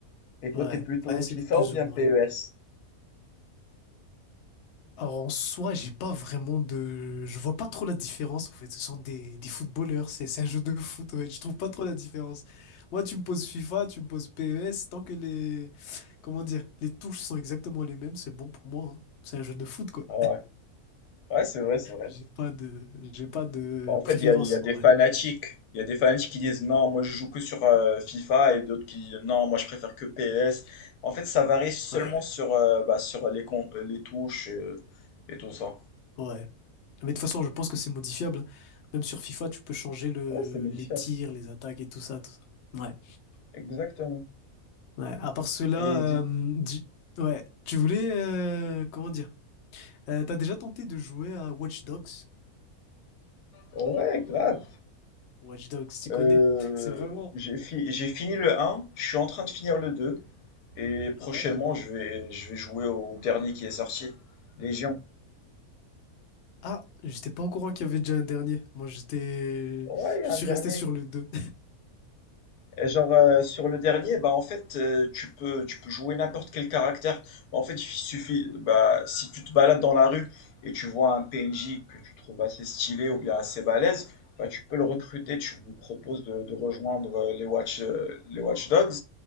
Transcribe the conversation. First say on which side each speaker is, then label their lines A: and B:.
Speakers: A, on the left; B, on the left.
A: Et toi,
B: Ouais.
A: t'es plutôt
B: Ouais,
A: FIFA
B: c'est plus
A: ou bien
B: ou moins.
A: PES?
B: Alors, en soi, j'ai pas vraiment de... Je vois pas trop la différence, en fait. Ce sont des, des footballeurs. C'est c'est un jeu de foot, ouais. Je trouve pas trop la différence. Moi, tu me poses FIFA, tu me poses PES. Tant que les... Comment dire? Les touches sont exactement les mêmes, c'est bon pour moi, hein. C'est un jeu de foot, quoi
A: Ah Ouais, ouais, c'est vrai, c'est vrai.
B: J'ai pas de, j'ai pas de
A: Bah, en fait,
B: préférence
A: il y a, il y a des
B: en
A: fanatiques.
B: vrai.
A: Il y a des fanatiques qui disent non, moi je joue que sur euh, FIFA et d'autres qui disent non, moi je préfère que PES. En fait, ça varie seulement
B: Ouais,
A: sur, euh, bah, sur les, con- euh, les touches euh, et tout ça.
B: ouais. Mais de toute façon, je pense que c'est modifiable. hein. Même sur FIFA, tu peux changer le,
A: Ouais, c'est modifiable.
B: les tirs, les attaques et tout ça, tout ça. Ouais,
A: Exactement.
B: ouais. À part cela,
A: Et dit...
B: euh, di- ouais. Tu voulais, euh, comment dire? Euh, t'as déjà tenté de jouer à Watch Dogs?
A: Ouais, grave.
B: Watch Dogs, tu
A: Euh,
B: connais. C'est vraiment.
A: j'ai fi- J'ai fini le un je suis en train de finir le deux et prochainement
B: Ah ouais?
A: je vais, je vais jouer au dernier qui est sorti, Légion.
B: Ah, j'étais pas au courant qu'il y avait déjà un dernier. Moi, j'étais,
A: Ouais, il y
B: je
A: a
B: suis
A: un dernier.
B: resté sur le deux
A: Et genre euh, sur le dernier, bah en fait euh, tu peux tu peux jouer n'importe quel caractère. En fait, il suffit bah si tu te balades dans la rue et tu vois un PNJ que tu trouves assez stylé ou bien assez balèze, bah tu
B: <laughs>
A: peux le
B: Mhm.
A: recruter, tu lui proposes de, de rejoindre euh, les Watch euh, les Watch Dogs